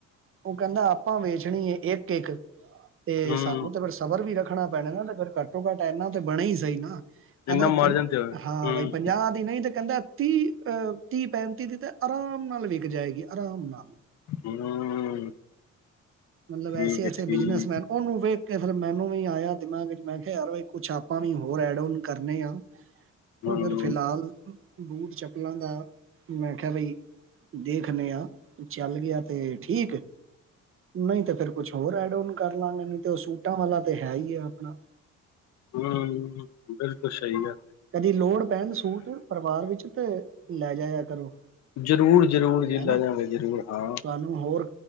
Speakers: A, on the right; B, on the left.
A: ਉਹ ਕਹਿੰਦਾ ਆਪਾਂ ਵੇਚਣੀ ਹੈ ਏ ਇੱਕ-ਇੱਕ- ਤੇ
B: ਹਮ
A: ਸਾਨੂੰ ਤੇ ਫਿਰ ਸਬਰ ਵੀ ਰੱਖਣਾ ਪੈਣਾ ਨਾ ਫਿਰ ਘੱਟੋ ਘੱਟ ਇਹਨਾਂ ਤੇ ਬਣੇ ਹੀ ਸਹੀ ਨਾ
B: ਇੰਨਾ
A: ਹਾਂ
B: ਮਾਰਜਨ ਤੇ ਹੋਇਆ ਹਮ
A: ਬਾਈ ਪੰਜਾਹ ਦੀ ਨਹੀਂ ਤਾਂ ਕਹਿੰਦਾ ਤੀਹ ਅ ਤੀਂਹ ਪੈਂਤੀ ਦੀ ਤਾਂ ਆਰਾਮ ਨਾਲ ਵਿੱਕ ਜਾਏਗੀ ਆਰਾਮ ਨਾਲ
B: ਹਮ
A: ਮਤਲਬ
B: ਠੀਕ
A: ਐਸੇ ਐਸੇ
B: ਹੈ ਠੀਕ
A: ਬਿਜਨਸ਼ਮੈਨ ਉਹਨੂੰ ਵੇਖ ਕੇ ਫਿਰ ਮੈਨੂੰ ਵੀ ਆਇਆ ਦਿਮਾਗ ਵਿਚ, ਮੈਂ ਕਿਹਾ ਯਾਰ ਕੁੱਛ ਆਪਾਂ ਵੀ ਹੋਰ ਐਡ ਓਨ ਕਰਨੇ ਆ <unintelligible>
B: ਹਮ
A: ਉਹ ਫਿਰ ਫਿਲਹਾਲ ਬੂਟ ਚੱਪਲਾਂ ਦਾ ਮੈਂ <unintelligible> ਬਈ ਦੇਖਨੇ ਆਂ ਚੱਲ ਗਿਆ ਤੇ ਠੀਕ ਨਹੀਂ ਤੇ ਫਿਰ ਕੁਛ ਹੋਰ ਐਡ ਓਨ ਕਰ ਲਾਂਗੇ ਨਹੀਂ ਤੇ ਉਹ ਸੂਟਾਂ ਵਾਲਾ ਤੇ ਹੈ ਹੀ ਆ ਆਪਣਾ
B: ਹੁੰ ਬਿਲਕੁਲ ਸਹੀ ਗੱਲ
A: ਕਦੀ ਲੋੜ ਪੈਣ ਸੂਟ ਪਰਿਵਾਰ ਵਿੱਚ ਤੇ ਲੈ ਜਾਇਆ ਕਰੋ।
B: ਹੈ। ਜ਼ਰੂਰ ਜ਼ਰੂਰ ਜੀ
A: ਹੈਨਾ
B: ਲੈ ਜਾਗੇ ਜ਼ਰੂਰ ਹਾਂ
A: ਤੁਹਾਨੂੰ ਹੋਰ